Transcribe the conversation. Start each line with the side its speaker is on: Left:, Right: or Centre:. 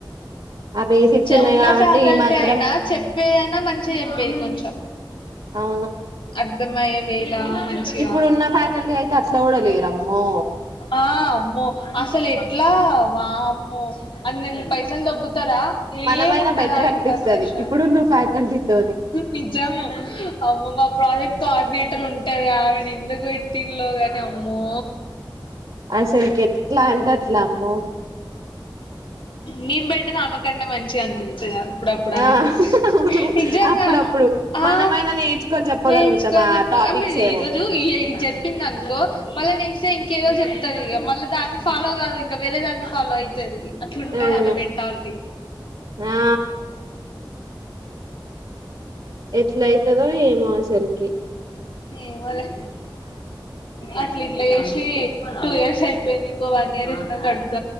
Right: ఆ బేసిక్స్
Left: చెవున్నా
Right: ఉన్నాయి కాబట్టి
Left: ఫ్యాకల్టీ
Right: ఈ మాత్రం
Left: ఐనా చెప్పేదన్ చేపేది కొంచం
Right: అవును
Left: అర్థమయే వేళా మంచిగా
Right: ఇప్పుడున్న ఫ్యాకల్టీ అయితే అట్లా కూడా లేరమ్మో
Left: ఆ అమ్మో అసలేట్లా వామ్ మో అన్నన్నీ పైసల్ దొబ్బుతరా ఏముండదా
Right: మనమైనా బెటర్ అనిపిస్తది
Left: ఇన్ఫర్మేషన్
Right: ఇప్పుడున్న ఫ్యాకల్టీతోని
Left: నిజ్జాము అమ్మె మా ప్రాజెక్ట్కా పద్మెటలుంటై ఆమెనెందుకువేట్టిల్లో గానీ అమ్మో
Right: అసల్కెట్లంటేఅట్లా అమ్మో
Left: మేం బెటర్నామకంటే మంచిగా అనిపిస్తాధ అప్పుడప్పుడు ఆమెకు
Right: ఆ అవును
Left: నీజంగా
Right: అప్పుడప్పుడు
Left: ఆ
Right: మనమైనా నేర్చుకొని చెప్పగలుగుతాం
Left: నేర్చుకోన్
Right: ఆ
Left: జేప్పు
Right: టాపిక్స్
Left: ఆమరి
Right: ఏమో
Left: ఈరోజు ఈఐ ఇది జెప్పిందనుకో మల్లనేక్ట్ ఇంకేదో జెప్తదిగ మల్లాదాన్ని ఫాలో గాదింకా వేరే దాన్ని ఫాలో ఐతదీ అట్లుంటదిఆమే
Right: అవును
Left: మెంటాలిటీ
Right: ఆ ఎట్లైతదో ఏమో అసలికి
Left: ఏమోలే అట్లెట్ల ఏష్ తీ టూ ఇయర్స్ ఐపోయింది ఇంకో వన్ ఇయర్ ఎట్నో గడ్ప్